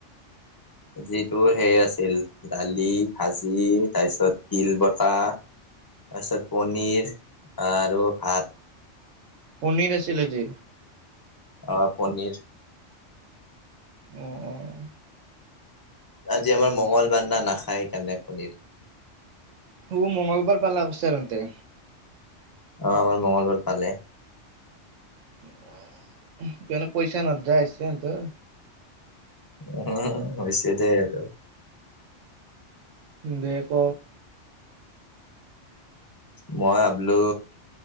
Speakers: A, on the left; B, on the right.
A: যিটো হেই আছিল দালি, ভাজি তাৰপিছত তিল বতা তাৰপিছত পনীৰ আৰু ভাত।
B: পনীৰ আছিল আজি।
A: অ', পনীৰ।
B: অ', অ'।
A: আজি আমাৰ মঙ্গলবাৰ না নাখায়, সেইকাৰণে পনীৰ।
B: উ মংগলবাৰ পালা হৈছা তাৰমানে?
A: অ', আমাৰ মংগলবাৰ পালে।
B: <unintelligible> পইচা নধৰা হৈছে তা
A: উম, হৈছে দে আৰু।
B: দে ক'।
A: মই ভাবলু